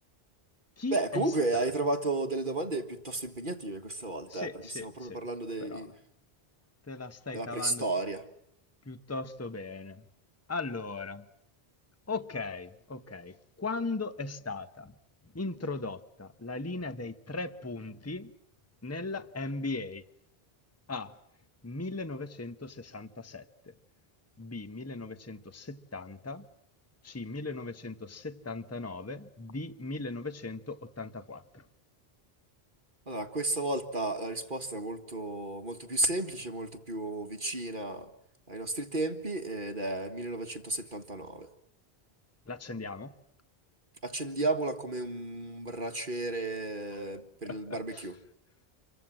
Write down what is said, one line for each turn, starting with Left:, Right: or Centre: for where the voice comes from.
Left: Chi
Right: Beh, comunque
Left: è stato
Right: hai trovato delle domande piuttosto impegnative questa volta,
Left: sì,
Right: eh, perché
Left: sì,
Right: stiamo proprio
Left: sì,
Right: parlando dei-
Left: però te la stai
Right: della
Left: cavando
Right: preistoria.
Left: pi- piuttosto bene. Allora, ok, ok. Quando è stata introdotta la linea dei tre punti nella NBA? A. 1967, B. 1970, C. 1979, D. 1984.
Right: Allora, questa volta la risposta è molto, molto più semplice, molto più vicina ai nostri tempi ed è 1979.
Left: L'accendiamo?
Right: Accendiamola come un braciere
Left: <laughs>
Right: per il barbecue.